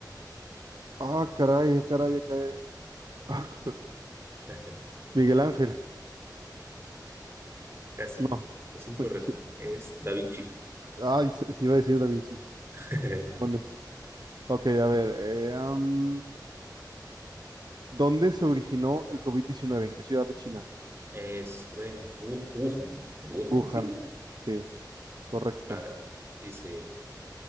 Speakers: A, on the right; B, on the right.
A: Ah, caray, ah, caray, ah, caray. <laughs>
B: <laughs>
A: Miguel Ángel.
B: Casi,
A: No.
B: es incorrecto.
A: ¿Qui-
B: Es Da Vinci.
A: Ay, se, se iba a decir Da Vinci.
B: <laughs>
A: Demonios. Ok, a ver. eh, am, ¿dónde se originó el covid diecinueve? ¿En qué ciudad de China?
B: Es, fue Wu- Wuhan. Wuhan,
A: Wuhan.
B: sí, ¿no?
A: Sí, correcto.
B: A ver, dice,